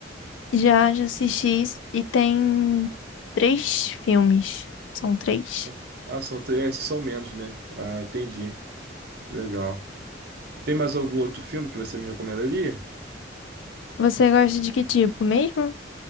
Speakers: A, on the left; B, on the right.
A: Já, já assisti e tem três filmes. São três.
B: só ah, são três, esses são menos, né? Ah, entendi. Legal. Tem mais algum outro filme que você me recomendaria?
A: Você gosta de que tipo mesmo?